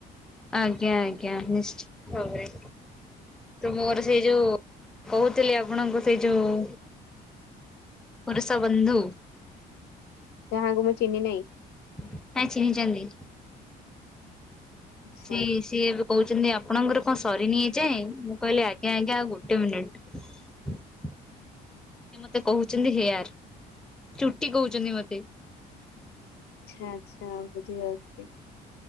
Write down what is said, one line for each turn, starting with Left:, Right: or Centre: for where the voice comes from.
Centre: ଆଜ୍ଞା ଆଜ୍ଞା ନିଶ୍ଚତ ଭାବରେ। ତମେ ଘର ସେଇ ଯୋଉ କହୁଥିଲି ଆପଣଙ୍କୁ ସେଇ ଯୋଉ ପରେସ ବନ୍ଧୁ।
Left: ଯାହାଙ୍କୁ ମୁଁ ଚହ୍ନି ନେଇଁ।
Centre: କାଇଁ ଚିହ୍ନି ଚନ୍ତି।
Left: ଆଚ୍ଛା
Centre: ଇସ୍‌ ଇଏବି କହୁଛନ୍ତି ଆପଣଙ୍କର କଣ ସରିନି ଏଯାଏଁ ମୁଁ କହିଲି ଆଜ୍ଞା ଆଜ୍ଞା ଆଉ ଗୋଟେ ମିନିଟ୍। ସେ ମତେ କହୁଛନ୍ତି ହେୟାର ଚୁଟି କହୁଛନ୍ତି ମତେ।
Left: ଆଛା ଆଛା ବୁଝିପାରୁଛି